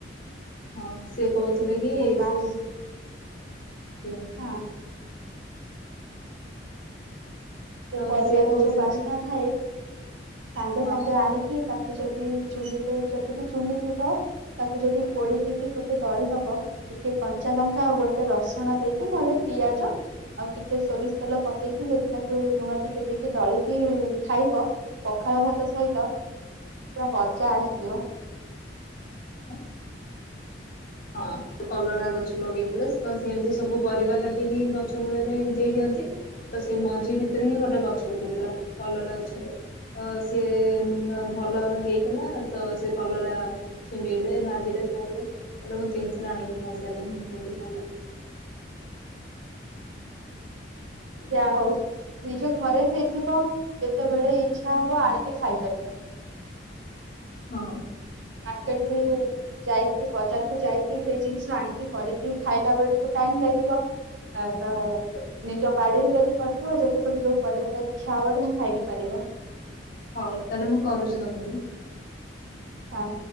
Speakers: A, on the left (about 50°); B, on the right (about 80°).
A: ହଁ। ସେି କହୁଥିଲେ କି
B: ବାସ
A: ସେି କୁହ।
B: ହଁ ସେ
A: ତ
B: ପରିିବାର
A: ସିଏ କହୁଥିଲେ
B: ଯଉ ବାସନା ଏ। ସାଙ୍ଗେ
A: ହଁ
B: ସାଙ୍ଗେ ଆଣିକି ତାକୁ ଯଦି ଚୁଲିରେ ଯଦି ବିି ଚୁଲି ଥିବ ତାକୁ ଯଦି ପୋଡି ଦେଇକି ଗୋଟେ ଦଳି ଦବ ଟିକେ କଞ୍ଚା ଲଙ୍କା ଆଉ ଗୋଟେ ରସୁଣ ଦେଇକି ନହେଲେ ପିଆଜ ଆଉ ଟିକେ ସୋରିଷ ତେଲ ପକେଇକି ଯଦି ତାକୁ ଲୁଣ ଟିକେ ଦେଇକି ଦଳିକି ଖାଇବ ପଖାଳ ଭାତ ସହିତ ପୁରା ମଜା ଆସିଯିବ।
A: <unintelligible> ହଁ ସେ କଲରା ଗଛ ଲଗେଇଥିଲେ ତ ସେ ଏମିତି ସବୁ ପରିବା କାଟିକି ଗଛ ମୂଳରେ ଦେଇ ଦିଅନ୍ତି ତ ସେ ମଞ୍ଜି ଭିତରୁ ହିଁ ଗୋଟେ ଗଛ ଉଠିଥିଲା କଲରା ଗଛଟେ ତ ସି ଭଲ ହେଇଥିଲା ତ ସେ କଲରା ଛିଣ୍ଡେଇଲେ ଭାଜିଲେ ଖାଇଲେ । ଆ ଲୋ ମୁଁ ତିନ ଥର ଆଣକି ଖଇଇ ସା ନାହି ମୁ କ ଭ
B: ଯାହା ହଉ ନିଜ ଘରେ ହେଇଥିବ ଯେତେବେଳେ ଇଚ୍ଛା ହବ ଆଣିକି ଖାଇପାରିବ।
A: ହଁ।
B: ମାର୍କେଟ ବି ଯାଇକି ବଜାରକୁ ଯାଇକି ସେଇ ଜିନିଷ ଆଣିକି କରିକି ଖାଇଲା ବେଳକୁ ଟାଇମ ଲାଗିବ ତ ନିଜ ବାଡିରେ ଯଦି କରିଥିବ ଯେତେବେଳେ ଯୋଉ କରିବାଟ ଇଚ୍ଛା ହବ ତ ମୁଁ ଖାଇ ପାରିବ।
A: ହଉ ତାହେଲେ ମୁଁ କରୁଛି ତମକୁ।
B: ହଁ।